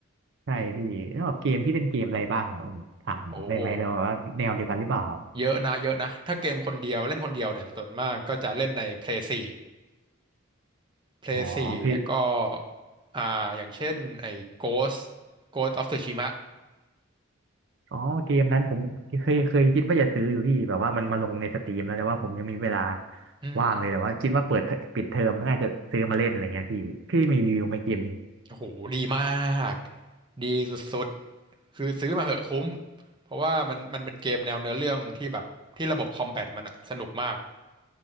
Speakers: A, on the right; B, on the right.
A: ใช่พี่แล้วแบบเกมพี่เล่นเกมอะไรบ้างอ่ะอืมถามได้ไหมเนอะว่าแนวเดียวกันหรือเปล่า
B: โอ้เยอะนะเยอะนะถ้าเกมคนเดียวเล่นคนเดียวเนี่ยส่วนมากก็จะเล่นใน Play 4 Play
A: อ๋อพี่
B: 4เนี่ยก็อ่าอย่างเช่นไอ้ Ghost Ghost of Tsushima
A: อ๋อเกมนั้นผมเคยเคยคิดว่าจะซื้ออยู่พี่แบบว่ามันมาลงในสตรีมแล้วแต่ว่าผมยังมีเวลา
B: อืมอืม
A: ว่างเลยแต่ว่าคิดว่าเปิดเทอปิดเทอมน่าจะซื้อมาเล่นอะไรเงี้ยพี่พี่มีรีวิวไหมเกมนี้
B: โอ้โหดีมากดีสุด คือซื้อมาเหอะคุ้มเพราะว่ามันมันเป็นเกมแนวเนื้อเรื่องที่แบบที่ระบบคอมแบทมันอะสนุกมาก